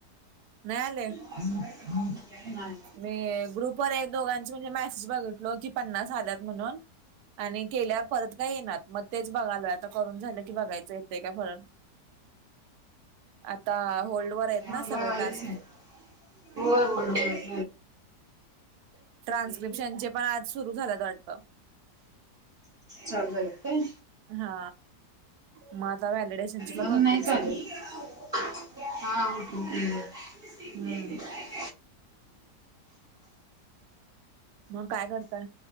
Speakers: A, on the right; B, on the right.
A: नाही आलेऽ
B: <inaudible>
A: मी ग्रुपवर एक दोघांची म्हणजे मेसेज बघितलो की पन्नास आल्यात म्हणून आणि केल्यावर परत काय येणार मग तेच बघालय आता करून झालं की बघायचं येतंय का फरण आता होल्डवरर आहेत
B: मला
A: ना सगळे
B: आलेच
A: टास्क
B: नाहीत <unintelligible>
A: ट्रान्स्क्रिप्शनचे पण आज सुरू झाल्यात वाटत.
B: चालु झालेत काय?
A: हा मग आता वॅलीडेसेनचे पण
B: मला
A: होतील
B: नाहीच आले
A: सुरू.
B: <unintelligible>
A: हम्म मग काय करताय?